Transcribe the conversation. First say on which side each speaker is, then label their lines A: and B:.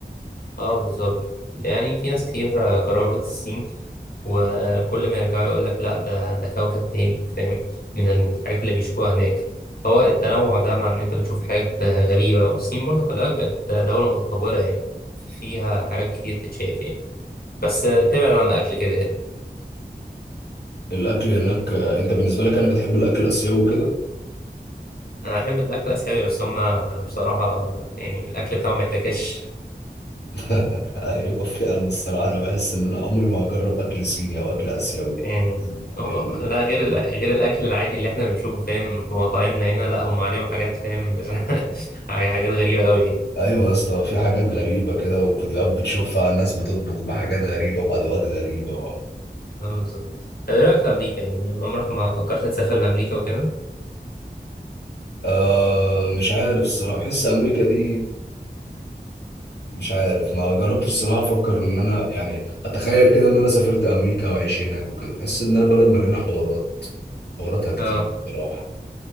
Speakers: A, on the left; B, on the left.
A: اه بالظبط يعني في ناس كتير آه، جربت الصين وكل ما يرجعوا يقول لك لا ده ده كوكب تاني فاهم من الحاجات اللي بيشوفوها هناك هو التنوع ده مع ان انت بتشوف حاجات آه، غريبة والصين برضو خلي بالك بقت دولة متطورة يعني فيها حاجات كتير تتشاف يعني بس آه، ابتعد عن الاكل كده كده
B: الاكل هناك آه، انت بالنسبه لك انا بتحب الاكل الاسيوي وكده
A: انا بحب الاكل الاسيوي بس هما بصراحة يعني الاكل بتاعهم ما يتاكلش
B: <laughs> ايوه فعلا الصراحه انا بحس ان انا عمري ما هجرب اكل صيني او اكل اسيوي
A: يعني
B: ال...
A: لا غير الأ- غير الاكل العادي اللي احنا بنشوفه فاهم في مطاعمنا هنا لا هم عليهم حاجات فاهم <laughs> مش- حاجات غريبه قوي يعني
B: ايوه يا اسطى في حاجات غريبه كده وفيديوهات بتشوفها ناس بتطبخ بحاجات غريبه وبادوات غريبه و...
A: اه بالظبط طب ايه رايك في امريكا يعني عمرك ما فكرت تسافر لامريكا وكده
B: آه مش عارف الصراحه بحس امريكا دي مش عارف ما جربتش الصراحه افكر ان انا يعني اتخيل كده ان انا سافرت امريكا واعيش هناك وكده بحس انها بلد مليانه حوارات حواراتها كتير
A: اه
B: بصراحه